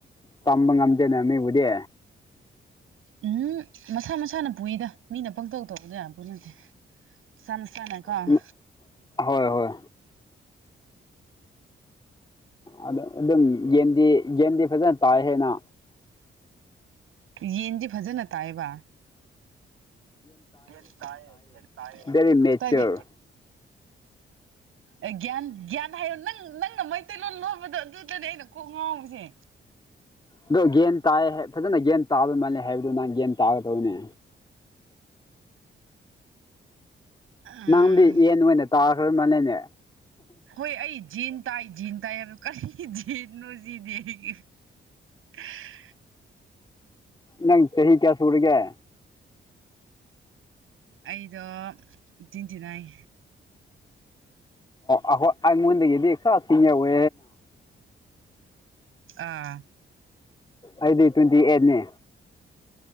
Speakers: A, on the left; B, on the right.
A: ꯇꯝꯕ ꯉꯝꯗꯦꯅ ꯃꯤꯕꯨꯗꯤ
B: <inaudible> ꯎꯝ ꯃꯁꯥ ꯃꯁꯥꯅ ꯄꯨꯏꯗ ꯃꯤꯅ ꯄꯪꯇꯧ ꯇꯧꯕꯗꯤ ꯌꯥ ꯄꯣꯠ ꯅꯠꯇꯦ ꯃꯁꯥ ꯃꯁꯥꯅꯀꯣ
A: ꯎꯝ ꯍꯣꯏ ꯍꯣꯏ ꯑ ꯑꯗꯨꯝ ꯌꯦꯟꯗꯤ ꯌꯦꯟꯗꯤ ꯐꯖꯅ ꯇꯥꯏ ꯍꯥꯢꯅ
B: ꯌꯦꯟꯗꯤ ꯐꯖꯅ ꯇꯥꯢꯕ ꯌꯦꯟ ꯇꯥꯏꯌꯦ ꯌꯦꯟ ꯇꯌꯦ
A: ꯕꯦꯔꯤ ꯃꯦꯆꯣꯔ
B: ꯇ <inaudible> ꯑꯦ ꯒ꯭ꯌꯥꯟ ꯒ꯭ꯌꯥꯟ ꯍꯥꯏꯌꯣ ꯅꯪ ꯅꯪꯅ ꯃꯩꯇꯩꯂꯣꯟ ꯂꯣꯟꯕꯗꯣ ꯑꯗꯨꯗꯅꯦ ꯑꯩꯅ ꯀꯣꯛ ꯉꯥꯎꯕꯁꯦ
A: ꯑꯗꯣ ꯒꯦꯟ ꯇꯥꯏꯌꯦ ꯐꯖꯅ ꯒꯦꯟ ꯇꯥꯕ ꯃꯥꯜꯂꯦ ꯍꯥꯏꯕꯗꯣ ꯅꯪ ꯒꯦꯟ ꯇꯥꯒꯗꯧꯕꯅꯦ
B: ꯎꯝ
A: ꯅꯪꯗꯤ ꯌꯦꯟ ꯑꯣꯏꯅ ꯇꯥꯈ꯭ꯔ ꯃꯥꯜꯂꯦꯅꯦ
B: ꯍꯣꯏ ꯑꯩ ꯖꯦꯟ ꯇꯥꯏ ꯖꯦꯟ ꯇꯥꯏ ꯍꯥꯏꯕꯗꯣ ꯀꯔꯤ ꯖꯦꯟꯅꯣ ꯁꯤꯅꯦ ꯑꯩ ꯑ <inaudible>
A: ꯅꯪ ꯆꯍꯤ ꯀꯌꯥ ꯁꯨꯔꯒꯦ
B: ꯑꯩꯗꯣ ꯇ꯭ꯋꯦꯟꯇꯤ ꯅꯥꯏꯟ
A: ꯑꯣ ꯍꯣꯏ ꯑꯩꯉꯣꯟꯗꯒꯤꯗꯤ ꯁꯤꯉ ꯑꯣꯏ <inaudible>
B: ꯑꯥ
A: ꯑꯩꯗꯤ ꯇ꯭ꯋꯦꯟꯇꯤ ꯑꯦꯠꯅꯦ